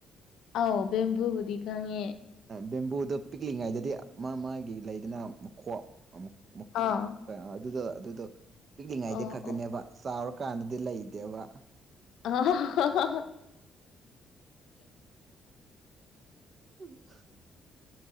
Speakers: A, on the left (about 80°); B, on the right (about 45°).
A: ꯑꯥꯎ ꯕꯦꯝꯕꯨꯨꯕꯨꯗꯤ ꯈꯉꯦ
B: ꯕꯦꯝꯕꯨꯗꯣ ꯄꯤꯛꯂꯤꯉꯩꯗꯗꯤ ꯃꯥ ꯃꯥꯒꯤ ꯂꯩꯗꯅ ꯃꯈꯣꯛ ꯑꯃꯨ ꯃꯀꯨ
A: ꯑꯥ
B: ꯑ ꯑꯗꯨꯗꯣ ꯑꯗꯨꯗꯣ ꯄꯤꯛꯂꯤꯉꯥꯏꯗ
A: ꯑꯣ
B: ꯈꯛꯇꯅꯦꯕ
A: ꯑꯣ
B: ꯆꯥꯎꯔꯀꯥꯟꯗꯗꯤ ꯂꯩꯇꯦꯕ
A: ꯑ
B: ꯎꯝ